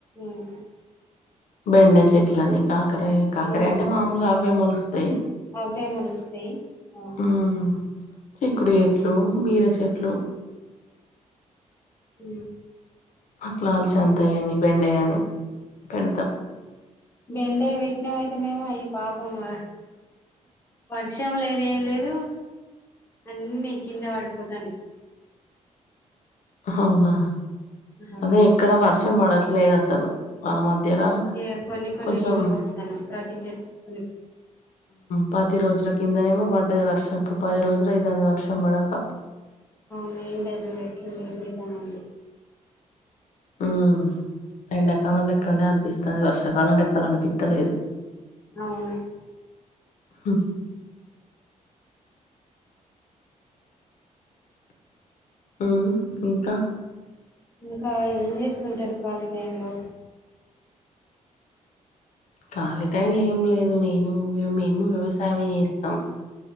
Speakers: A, on the left; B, on the left.
A: ఉమ్
B: బెండ చెట్లని కాకరయి కాకరయ
A: ఉమ్
B: అంటే మామూలుగా అవే మొలుస్తాయి.
A: అవే మురుస్తాయి అవు.
B: హ్మ్ చిక్కుడు చెట్లు బీర చెట్లు.
A: అ.
B: అట్లాలుచంతాయ అని బెండ అని. పెడతాం
A: బెండై పెట్న అయితే మేము అయి పాపము. వర్షం లేదు ఏం లేదు అన్ని కింద పడిపోతన్నాయ్.
B: అవునా
A: ఆహా.
B: అదే ఇక్కడ వర్షం పడట్లేదు అసలు ఆ మధ్యల.
A: ఎ కొన్ని కొన్ని
B: కొంచెం
A: నీళ్ళు వస్తున్నాం ప్రతి చెట్టు కొన్ని కొ.
B: పది రోజుల కిందనేమో పడ్డది వర్షం ఇప్పుడు పది రోజులు ఐదుది వర్షం పడక.
A: మేం డజర్ పెట్టుకొని ఇంక ఇంక్రీజ్ గా ఉంది.
B: ఉ ఎండాకాలం లెక్కలనే అనిపిస్తాంది వర్షాకాలం లెక్కలు అనిపిత్తలేదు.
A: అవును.
B: హ్మ్ ఉ ఇంకా.
A: ఇంకా ఏం చేస్తుంటారు కళీ టయంలో.
B: ఖాళీ టైలు ఏం లేదు నేను మేము వ్యవసాయమే చేస్తాం.